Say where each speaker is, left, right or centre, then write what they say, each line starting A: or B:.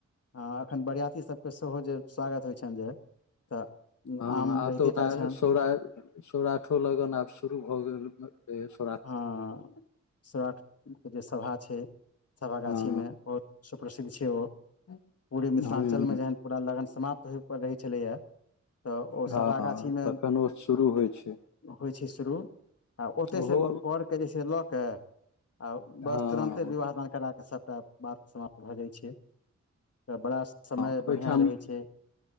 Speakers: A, on the left (about 55°); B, on the left (about 80°).
A: ह अखन बरियाती सब के सेहो जे स्वागत होय छनि जे तऽ
B: हँ
A: आम
B: आब
A: रहिते
B: तऽ ओना
A: टा छनि
B: सौरा सौराठो लगन आब शुरू भऽ गेल फेर
A: हँ सोराठ के जे सभा छै सभागाछी
B: हँ
A: मे बहुत सुप्रसिद्ध छै ओ पूे मिथिलाञ्चलमे
B: हँ
A: जहन पूरा लगन समाप्त होय रहै छलैया तऽ ओ
B: हँ
A: सभा गाछी मे
B: तखन ओ शुरू होइ छै
A: होइ छै शुरू आ ओतय
B: ओहो
A: से पढ़केऽ जे छै लऽ कऽ आ बस
B: हँ
A: तुरन्ते
B: हँ
A: विवाह दान करा कऽ सभटा बात समाप्त भऽ जाइ छै तऽ बड़ा समय
B: हँ ओहिठाम
A: बढ़िआँ रहै छै